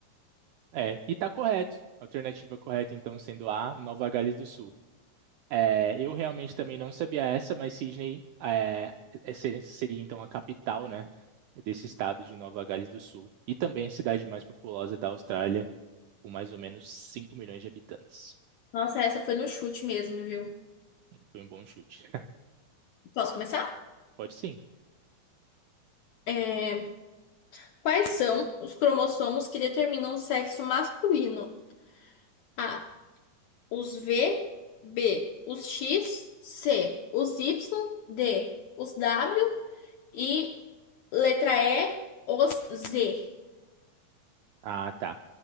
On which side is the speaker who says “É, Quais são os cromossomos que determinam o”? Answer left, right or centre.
Left